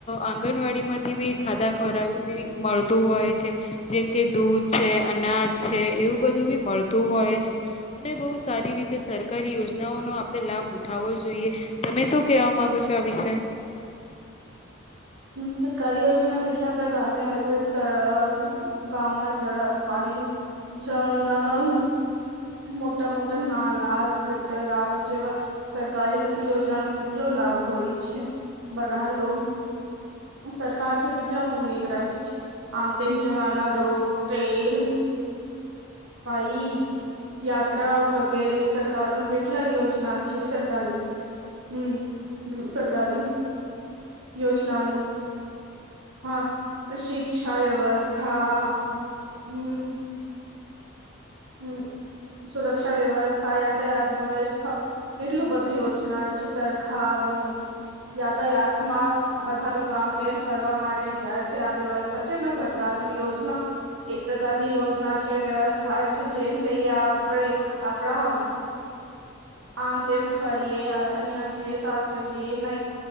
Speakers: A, on the left (about 30°); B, on the right (about 80°).
A: આંગણવાડી માંથી બી ખાધા ખોરાવેવી મળતું હોય છે જેમ કે દૂધ છે અનાજ છે એવું બધું બી મળતું હોય છે. અને બહુ સારી રીતે સરકારી યોજનાઓનોો આપણે લાભ ઉઠાવવો જોઈ. તમે શું કેવા માંગો છો, આ વિશે
B: સરકારી યોજના કેટલા પ્રકારની હોય છે, સડક ગમાં ઝડક પાણી જલ નલ મોટા મોટા નાલા ગટરવા જેવા સરકારી યોજના ન કેટલો લાભ હોય છે બધા લો સરકાર થી કેટલા ઉમેદ રાખીએ છીએ. આમ તન જમાના રોડ ટ્રેન હઈ યાત્રા વગેરે સરકાર ન કેટલા યોજના છે સરકારી. હમ હ સરકારી. યોજનાનું. હા શિક્ષા વ્યવસ્થા હમ.
A: <inaudible>
B: હમ સુરક્ષા વ્યવસ્થા યાતાયાત વ્યવસ્થા કેટલું બધું યોજના છે સરકાર ન યાતાયાતમાં બધા લોકો આમ તેમ ફરવા માટે જાય થ આ વ્યવસ્થા છે ને સરકાર ન યોજના એક પ્રકારની યોજના છે વ્યવસ્થા છે જેમ કહીએ આપણે આપણા આમતે ફરીયએ અહીયા જીએ સાસરે જીએ નહી